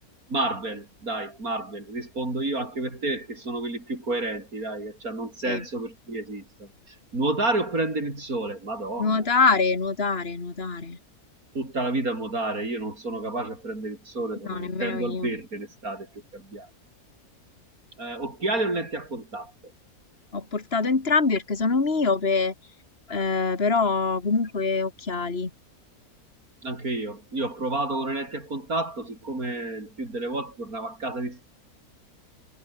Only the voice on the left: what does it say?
Sì.
Nuotare, nuotare, nuotare.
No, nemmeno
io.
Ho portato entrambi perché sono miope, eh, però comunque occhiali.